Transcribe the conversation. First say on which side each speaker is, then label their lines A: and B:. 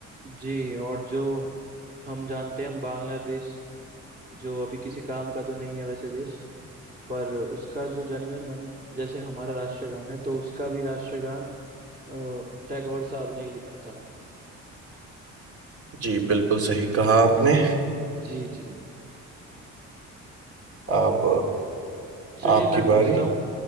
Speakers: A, on the right; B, on the right.
A: जी और जो हम जानते हैं हम बांग्लादेश जो अभी किसी काम का तो नहीं है वैसे देश पर उसका जो जनगण मन जैसे हमारा राष्ट्रगान है तो उसका भी राष्ट्रगान अ, टैगोर साहब ने ही लिखा था
B: जी बिल्कुल सही कहा आपने
A: जी जी
B: अब
A: चलिए
B: अ, आपकी
A: मैं पूछता
B: बारी
A: हूँ